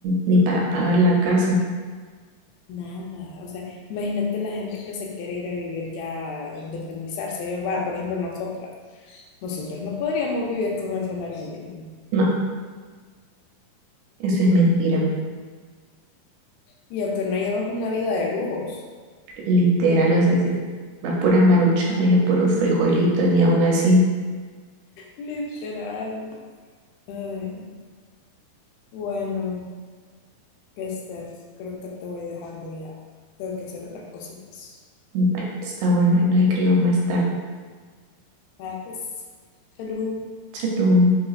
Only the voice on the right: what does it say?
ni para pagar la casa.
No, eso es mentira.
Literal, o sea, si a puras maruchones y a puros frijolitos, ni aún así.
Bueno, Está bueno, ahí nos escribimos más tarde.
Salud.